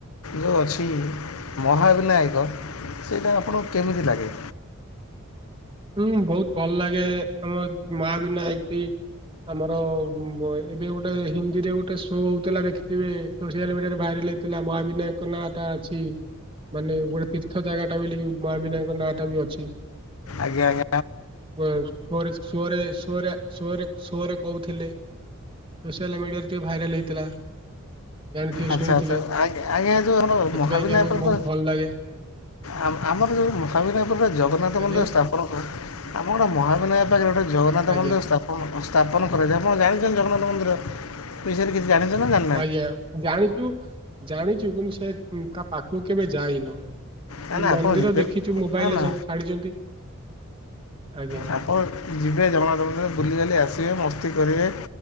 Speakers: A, on the left (about 85°); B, on the right (about 25°).
A: ଯେଉଁ ଅଛି ମହାବିନାୟକ ସେଇଟା ଆପଣଙ୍କୁ କେମିତି ଲାଗେ?
B: ହୁଁ ବହୁତ ଭଲ ଲାଗେ ଆମ ମହାବିନାଇକି ଆମର ଏବେ ଗୋଟେ ହିନ୍ଦୀରେ ଗୋଟେ ଶୋ ହଉଥିଲା ଦେଖିଥିବେ ସୋସିଆଲ ମିଡିଆରେ ଭାଇରାଲ ହେଇଥିଲା ମହାବିନାୟକଙ୍କ ନାଁଟା ଅଛି ମାନେ ଗୋଟେ ତୀର୍ଥ ଜାଗା ଟା ବଲି ମାବୀନାୟକଙ୍କ ନାଁ ଟା ବି ଅଛି
A: ଆଜ୍ଞ ଆଜ୍
B: ରେ ସରେ ସରେ ସୋରେ ସୋରେ ଶୋରେ କହୁଥିଲେ ସୋସିଆଲ ମିଡିଆରେ ଟିକେ ଭାଇରାଲ୍ ହେଇଥିଲା ଜାଣିଥିବେ
A: ଆଚ୍ଛା
B: ଶୁଣିଥିବେ
A: ଆଚ୍ଛା ଆ୍ ଆଜ୍ଞା ଯଉ
B: ସେଥିପାଇଁ
A: ମହାବିନୟକପଦ
B: କି ଆମକୁ ବହୁତ ଭଲ ଲାଗେ
A: ଆ ଆମର ଯୋଉ ମହାବିନାୟ ପାଖରେ ଜଗନ୍ନାଥ
B: ଆଜ୍ଞା
A: ମନ୍ଦିର ସ୍ଥାପନ କଣ କୁ ଆମ ଗୋଟେ ମହାବିିନୟ ପାଖରେ ଗୋଟେ ଜଗନ୍ନାଥ
B: ଆଜ୍ଞା
A: ମନ୍ଦିର ସ୍ଥାପ ଣ ସ୍ଥାପନ କରା ଯାଏ ଆପଣ ଜାଣିଛନ୍ତି ଜଗନ୍ନାଥ ମନ୍ଦିର ବିଷୟରେ କିଛି ଜାଣିଛନ୍ତି ନା ଜା
B: ଆଜ୍ଞା ଜାଣିଛୁ ଜାଣିଛୁ କିନ୍ତୁ ସେ ତା ପାଖକୁ କେବେ ଯାାଇନ ହେନେ
A: ନା ନା
B: ମନ୍ଦିର
A: ଆପଣ ଯିବେ
B: ଦେଖିଛୁ ମୋବାଇଲରେ
A: ନା ନା
B: ସବୁ ଛାଡିଛନ୍ତି ଆଜ୍ଞା
A: ଆପଣ ଯିବେ ଜଗନ୍ନାଥ ମନ୍ଦିର ବୁଲି ଜାଲି ଆସିବେ ମସ୍ତି କରିବେ